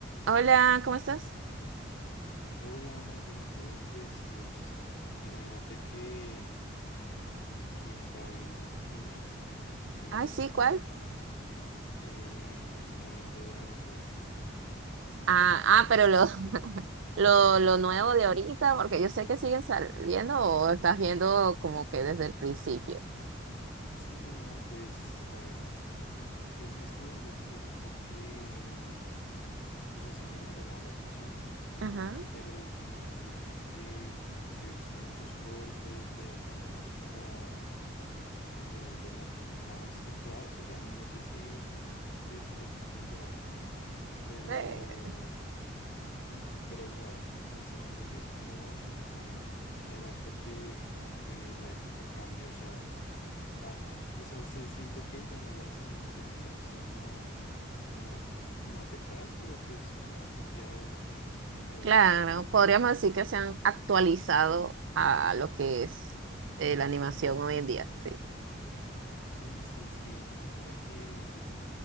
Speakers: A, on the right; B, on the left.
A: Hola, ¿cómo estás?
B: Hola, muy bien, ¿y tú? Pues Dios, imagínate que, que estaba viendo un <laughs> anime, eh,
A: Ah, sí,
B: bueno,
A: ¿cuál?
B: eh, estaba viendo Dragon Ball.
A: Ah, ah, pero lo, <laughs>
B: Eh,
A: lo, lo nuevo de ahorita, porque yo sé que siguen saliendo o estás viendo como que desde el principio.
B: Sí, no, pues a ver, es, es como algo curioso porque, mm, o sea, siempre me ha llamado la atención,
A: Ajá.
B: pero últimamente como que he visto muchos cortos de algunas como, como de las últimas temporadas, o sea, no sé si, si decirlo como temporadas pero
A: Eh,
B: Pero, o sea, sí, sí siento que es como bastante genial. Además, porque como que la época cambia, o sea, ah, o o sea, se siento que, digamos, las animaciones se han visto como, como afect- no afectadas, pero pues, o sea, han cambiado a través
A: claro,
B: de los años por...
A: podríamos decir que se han actualizado a lo que es eh, la animación hoy en día, sí.
B: Sí, sí, sí, y mira que,